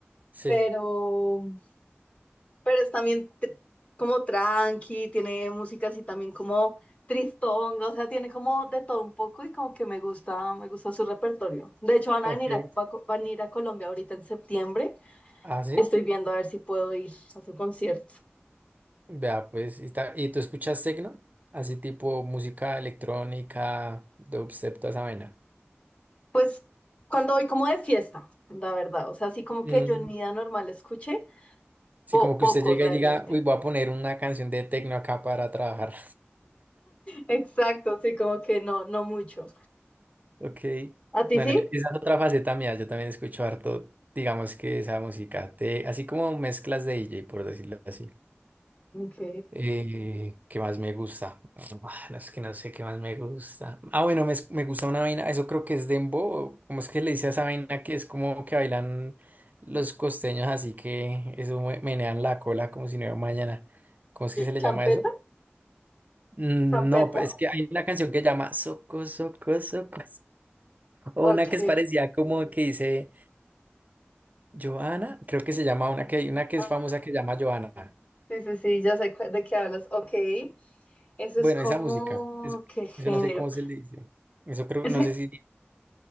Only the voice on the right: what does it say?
sí.
Ok.
Ah, sí.
Vea, pues, y, ta- ¿y tú escuchas techno? Así tipo música electrónica, dubstep, toda esa vaina.
Mm.
Sí,
como
que usted llega
y diga, uy, voy a poner una canción de techno acá para trabajar.
Ok.
Bueno,
yo- esa es otra faceta mía. Yo también escucho harto, digamos que esa música, te- así como mezclas de DJ, por decirlo así.
Eh, ¿qué más me gusta? Ah, No es que no sé qué más me gusta. Ah, bueno, me, me gusta una vaina, eso creo que es dembow. ¿Cómo es que le dice a esa vaina que es como que bailan los costeños, así que eso me- menean la cola como si no hubiera mañana? ¿Cómo es que se le
llama eso? Mm,
No, es que hay una canción que llama Soco, Soco, Soco. O
una que es parecida como que dice Joana, creo que se llama una que hay una que
es famosa que se llama Joana.
Bueno,
esa música, eso,
eso no sé cómo se le dice. Eso creo,
no sé si,